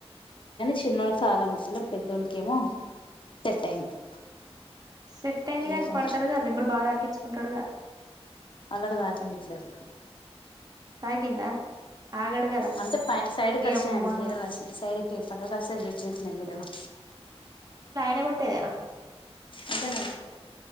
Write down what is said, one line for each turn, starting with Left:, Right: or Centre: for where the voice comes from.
Left: చిన్నోడికాలందుతుంది పెద్దోడికేమో సెట్ అయింది
Right: సెట్ అయింది
Left: ఇగ
Right: గానీ
Left: కొంచెం
Right: పడతాడుగా దెబ్బలు బాగా తాకిచుకుంటాడుగా
Left: అల్లటి తాకిందిప్పుడెప్పుడు
Right: తాకిందా ఆగడు కదా
Left: అంటే పై సైడ్కి
Right: ఓయమ్మా
Left: వచ్చినాయి అవి గీరెలు వచ్చినాయి సైడ్కి పక్కకి వస్తాయి చిన్న చిన్న గీరెలు
Right: దెగొట్టేదేనా
Left: అర్ధం గాలా